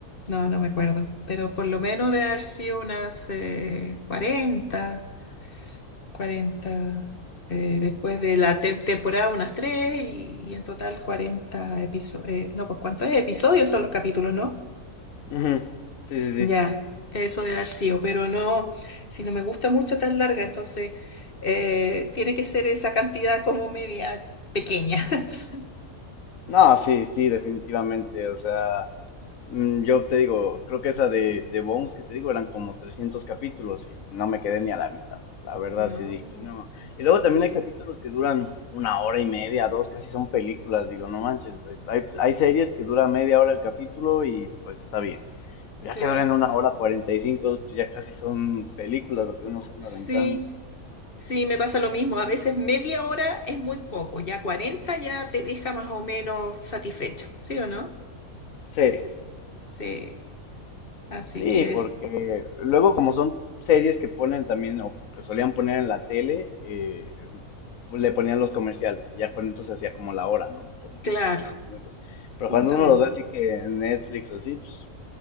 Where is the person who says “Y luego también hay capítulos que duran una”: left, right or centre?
Left